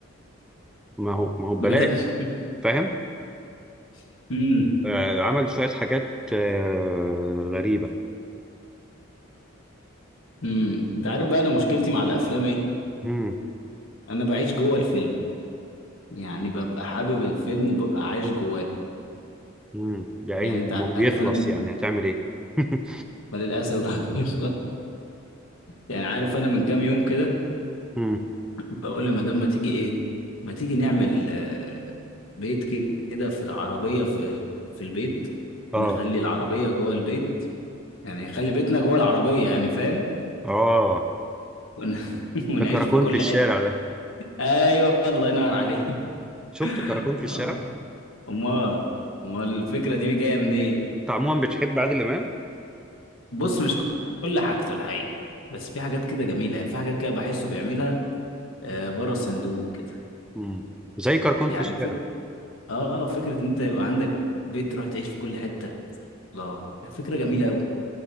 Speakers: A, in the centre; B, on the left (about 75°).
A: ما هو ما هو ببلاش
B: بجد
A: فاهم
B: <laughs> امم
A: آه، عمل شوية حاجات آه، غريبة
B: امم انت عارف بقى انا مشكلتي مع الافلام ايه
A: امم
B: انا بعيش جوه الفيلم يعني ببقى حابب الفيلم وببقى عايش جواه
A: امم يا عيني
B: يعني
A: طب
B: انت
A: ما هو بيخلص
B: عارف انا من
A: يعني هتعمل ايه <laughs>
B: ما للاسف <laughs> بيخلص يعني عارف انا من كام يوم كده
A: امم
B: بقول لمدام ما تيجي ايه ما تيجي نعمل آه، بيت كده في العربية في في البيت
A: اه
B: نخلي العربية جوه البيت يعني نخلي بيتنا جوه العربية يعني فاهم
A: اه
B: ون... <laughs> ونعيش
A: ده كراكون
B: في كل
A: في الشارع
B: حتة
A: ده
B: ايوه الله ينور عليك
A: شفت
B: <laughs>
A: كراكون في الشارع
B: اه امال امال الفكرة دي جاية منين
A: انت عموما بتحب عادل امام
B: بص مش كل حاجته الحقيقة بس في حاجات كده جميلة يعني في حاجات كده بحسه بيعملها آه، بره الصندوق كده
A: مم. زي كركون
B: يعني
A: في الشارع
B: فك... اه فكرة ان انت يبقى عندك بيت تروح تعيش في كل حتة الله يعني فكرة جميلة أوي